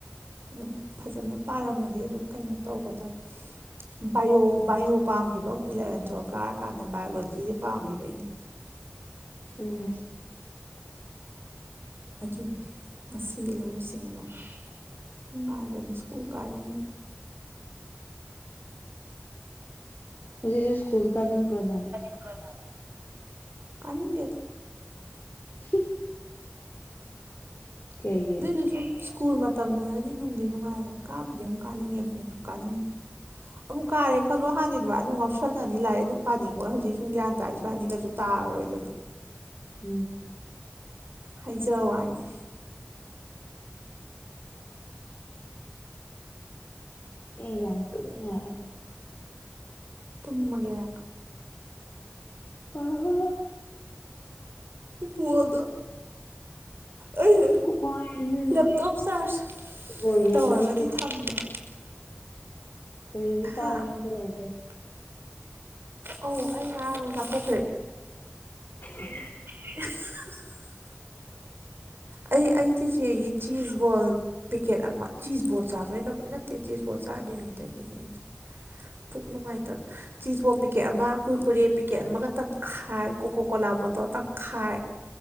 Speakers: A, on the right; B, on the left.
A: ꯑꯗꯨ
B: ꯎꯝ
A: ꯐꯖꯅ ꯄꯥꯔꯝꯃꯗꯤ ꯑꯗꯨꯝ ꯀꯩꯅꯣ ꯇꯧꯒꯗꯕ ꯕꯥꯏꯑꯣ ꯕꯥꯏꯑꯣ ꯄꯥꯝꯈꯤꯕ ꯑꯃꯨꯛ ꯏꯂꯚꯦꯟ ꯇꯨꯋꯦꯜꯞ ꯀꯥꯔꯀꯥꯟ ꯏꯑꯣꯂꯣꯖꯤꯗ ꯄꯥꯝꯈꯤꯕ ꯑꯩꯅ
B: ꯎꯝ
A: ꯑꯗꯨꯅꯤ ꯃꯁꯤꯒꯤ ꯂꯧꯎ ꯁꯤꯡꯎꯕ ꯅꯨꯡꯉꯥꯏꯕꯅꯤ ꯁ꯭ꯀꯨꯜ ꯀꯥꯏꯔꯤꯉꯩ
B: ꯍꯧꯖꯤꯛꯁꯨ ꯁ꯭ꯀꯨꯜ ꯀꯥꯅꯤꯡꯕ꯭ꯔꯅ
A: ꯅ ꯑꯒꯦ
B: <unintelligible> ꯀꯩꯒꯤ
A: ꯅꯏꯁꯨ ꯁꯨꯝ ꯁ꯭ꯀꯨꯜ ꯃꯇꯝꯗꯅꯗꯤ ꯅꯨꯡꯗꯤ ꯅꯨꯡꯉꯥꯏꯗꯕ ꯀꯥꯞꯄꯨꯗꯤ ꯑꯃꯨꯛ ꯀꯥꯟꯅꯩꯉ
B: ꯎꯝ
A: ꯑꯗꯨꯃꯁꯨ ꯀꯥꯟꯅꯤꯡꯩꯩꯅ ꯑꯃꯨꯛ ꯀꯥꯔꯦꯜꯂꯣ ꯍꯥꯟꯅ ꯑꯗꯨꯃꯥꯏ ꯑꯗꯨꯝ ꯉꯥꯎꯁꯟꯅꯅꯤ ꯂꯥꯏꯑ ꯑꯗꯨꯝ ꯄꯥꯅꯤꯡꯈꯣꯣꯏ ꯍꯧꯖꯤꯛ ꯁꯨꯝ ꯒ꯭ꯌꯥꯟ ꯇꯥꯔ ꯁꯨꯃꯥꯏꯅꯒꯁꯨ ꯇꯥꯔꯣꯏꯗꯅ
B: ꯎꯝ
A: ꯍꯥꯏꯖ ꯋꯥꯅꯤ
B: ꯑꯦ ꯌꯥꯝ ꯇꯅꯤꯉ
A: ꯇꯨꯝꯃꯒꯦꯔ
B: ꯑꯣ ꯍꯣꯏ
A: ꯃꯣꯗꯣ ꯑꯩꯁ
B: ꯈꯨꯄꯥꯏꯅꯦ
A: ꯂꯦꯞꯇꯣꯞ ꯆꯥꯔꯖ
B: ꯕꯣꯜ ꯌꯦꯡꯅꯕꯁꯨ
A: ꯇꯧꯔꯒꯗꯤ ꯊꯝꯗ
B: ꯀꯔꯤꯁꯤ ꯆꯥꯅꯤꯉꯁꯨ
A: ꯍꯥ
B: ꯂꯩꯇꯦ
A: ꯑꯧ ꯑꯩ ꯉꯔꯥ ꯂꯣꯝ ꯆꯥꯊꯣꯛꯈ꯭ꯔꯦ
B: ꯎꯝ
A: <inaudible> ꯑꯩ ꯑꯩ ꯇꯆ ꯌ ꯆꯤꯖ ꯋꯥꯣ ꯄꯦꯀꯦꯠ ꯑꯃ ꯆꯤꯁꯕꯣꯠ ꯆꯥꯕꯩꯔꯕ ꯅꯠꯇꯦ ꯆꯤꯁꯕꯣꯠ ꯆꯥꯗ꯭ꯔꯤꯉꯩꯗꯒꯤꯅꯦ ꯑꯩꯗꯣ ꯄꯨꯛ ꯅꯨꯡꯉꯥꯏꯇꯕ ꯆꯖꯕꯣꯠ ꯄꯤꯛꯀꯦꯠ ꯑꯃ ꯀꯨꯨꯔꯀꯨꯔꯤ ꯄꯤꯀꯦꯠ ꯑꯃꯒ ꯇꯪꯈꯥꯏ ꯀꯣꯀꯣ ꯀꯣꯂꯥ ꯕꯣꯇꯜ ꯇꯪꯈꯥꯏ